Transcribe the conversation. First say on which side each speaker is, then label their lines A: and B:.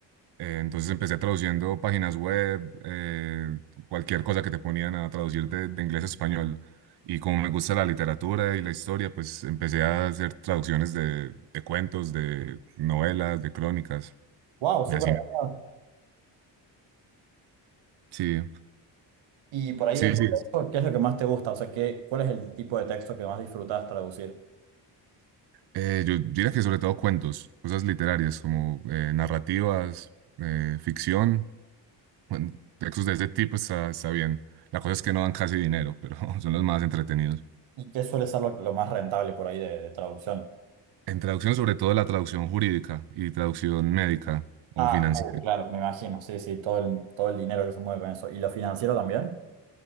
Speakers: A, on the right; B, on the right.
A: Eh, entonces empecé traduciendo páginas web, eh, cualquier cosa que te ponían a traducir de, de inglés a español. Y como me gusta la literatura y la historia, pues empecé a hacer traducciones de, de cuentos, de novelas, de crónicas.
B: Wow, súper
A: Y así,
B: avanzado.
A: me- sí,
B: Y por ahí
A: sí,
B: de todo
A: sí. es-
B: eso, ¿qué es lo que más te gusta? O sea, ¿qué, cuál es el tipo de texto que más disfrutas traducir?
A: eh, yo diría que sobre todo cuentos, cosas literarias como eh, narrativas, eh, ficción, bueno, textos de ese tipo está, está bien. La cosa es que no dan casi dinero, pero <laughs> son los más entretenidos.
B: ¿Y qué suele ser lo, lo más rentable por ahí de, de traducción?
A: En traducción, sobre todo la traducción jurídica y traducción médica o
B: Ah,
A: financiera.
B: uh, claro, me imagino, sí, sí, todo el, todo el dinero que se mueve con eso. ¿Y lo financiero también?